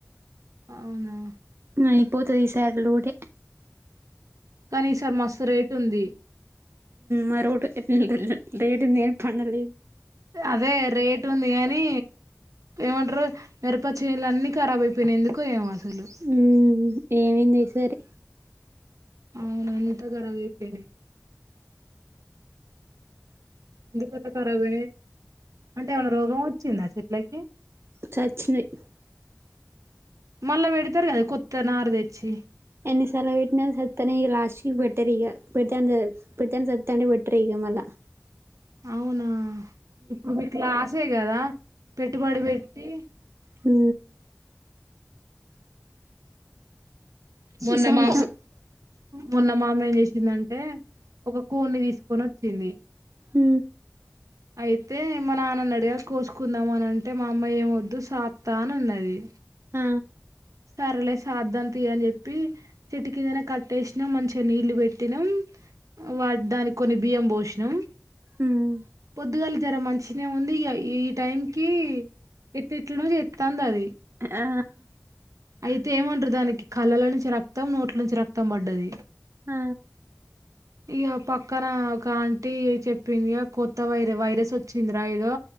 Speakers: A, on the right; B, on the right.
A: అవునా
B: న ఇపోతు ఈసార్లడ
A: కానీ ఈసార్ మస్తు రేట్ ఉంది
B: మరోడు రడుంది ఏను పనలే
A: అదే రేట్ ఉంది కానీ ఏమంటారు మిరప చేనులు అన్నిీ ఖరాబ్ అయిపోయినందుకు ఏం అసలు
B: ఉమ్ ఏమైంది సరి
A: అవునుీంత కర వేపోయినే ఎందుకంత కరాబ్ అంటే ఏమైనా రోగం వచ్చిందా చెట్లకి
B: సచ్చినయి
A: మళ్ళా పెడతారు కదా కొత్త నారు తెచ్చి
B: ఎన్ని స్ల వటి సత్త లాస్ట్ బ పెట్టర్ పె పెడుతే సత్తాడి బెట్టర్ అ మల
A: అవునా ఇప్పుడు మీకులా ఆసేయి కదా పెట్టుబడి పెట్టి
B: ఆ
A: మొన్నమా
B: ఈ సంవత్సరం
A: మొన్న మామ ఏం చేసిందంటే ఒక కూడి ని తీసుకొని వచ్చింది
B: హ
A: అయితే మా నాన్నని అడిగా కోసుకుందాం అని అంటే మా అమ్మయి ఏమ వద్దు సాత్తా అని ఉన్నది
B: ఆ
A: సరలే సాధం అని చెప్పి చెట్ కిందనే కట్టేసినా మంచిగా నీళ్లు పెట్టినాం వా దానికి కొన్ని బియ్యం పోోషణం
B: ఉమ్
A: పొద్దుగాలి చరా మంచిిన ఉంది ఈ టైం కి ఎట్టెట్ ను చేతంది అది
B: ఆ
A: అయితే ఏమంటారు దానికి కళ్ళల నుంచి రక్తం నోట్ల నుంచి రక్తం పడ్డది
B: ఆ
A: ఇక పక్కన ఒక ఆంటీ చెప్పింది ఇక కొత్త వై వైరస్ వచ్చిందిరా ఏదో